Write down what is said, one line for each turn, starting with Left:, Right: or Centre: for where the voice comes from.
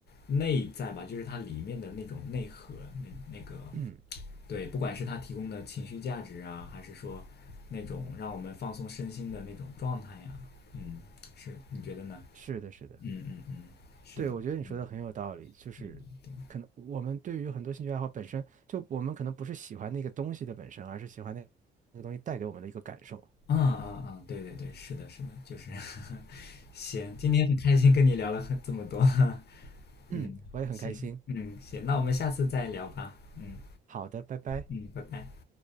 Left: 内在吧，就是它里面的那种内核，那那个
Right: 嗯，
Left: 对，不管是它提供的情绪价值啊，还是说那种让我们放松身心的那种状态呀、嗯，是，你觉得呢？
Right: <clears throat> 是的，是的，
Left: 嗯嗯嗯，是的，
Right: 对，我觉得你说的很有道理，
Left: 嗯。
Right: 就是可能我们对于很多兴趣爱好本身，
Left: 对对对，
Right: 就我们可能不是喜欢那个东西的本身，而是喜欢那那个东西带给我们的一个感受。
Left: 嗯嗯嗯，对对对，是的，是的，就是 <laughs> 行，今天很开心跟你聊了很这么多，<laughs>
Right: 嗯，
Left: 嗯，
Right: 我也很开心。
Left: 行，嗯，行，那我们下次再聊吧，嗯
Right: 好的，拜拜。
Left: 嗯，拜拜。